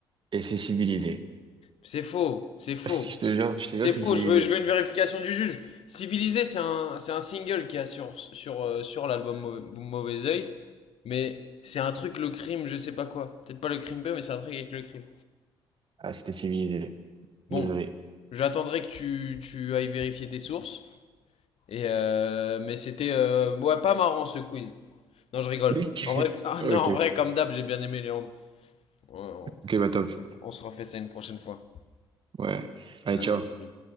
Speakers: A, on the right; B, on the left.
A: Et c'est Civilisé.
B: C'est faux, c'est faux.
A: <laughs> Je te jure, je te
B: C'est
A: jure que
B: faux,
A: c'est Civilisé.
B: je veux, je veux une vérification du juge. Civilisé, c'est un, c'est un single qui a sur, sur, euh, sur l'album Mau- Mauvais Oeil, mais c'est un truc, le crime, je sais pas quoi. Peut-être pas le crime paye, mais c'est un truc avec le crime.
A: Ah, c'était Civilisé.
B: Bon,
A: Désolé.
B: j'attendrai que tu, tu ailles vérifier tes sources. Et euh, mais c'était euh, ouais, pas marrant ce quiz. Non, je rigole.
A: <laughs>
B: En vrai, <laughs> ah
A: Ok. Ok.
B: non, en vrai, comme d'hab, j'ai bien aimé Léandre. Ouais, on,
A: Ok, bah top.
B: on se refait ça une prochaine fois.
A: Ouais. Allez,
B: Allez,
A: ciao.
B: salut.